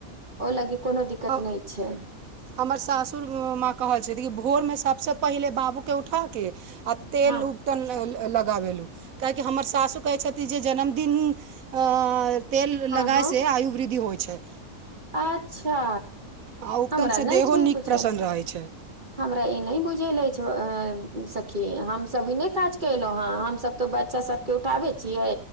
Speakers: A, on the right; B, on the right.
A: ओहि लागी कोनो दिक्कत
B: हम
A: नय छै।
B: हमर सासुर माँ कहैत छथि भोर मे सभ सँ पहिले बाबूके उठाके आ तेलु
A: हँ
B: उ न लगाबेलहुँ काहे कि हमर सासु कहै छथिन जे जन्मदिन अ तेल
A: हँ
B: लगइसँ
A: हँ
B: आयु वृद्धि होइ छै।
A: अच्छा
B: आ उपटनसँ
A: हमरा
B: देहो
A: नय छै
B: नीक
A: बुझल
B: प्रसन्न रहै छै
A: हमरा ई नय बुझेल अछि सखी हम सब ई नय काज की केलहु हन हम सभ तो बच्चा सब के उठाबे छियै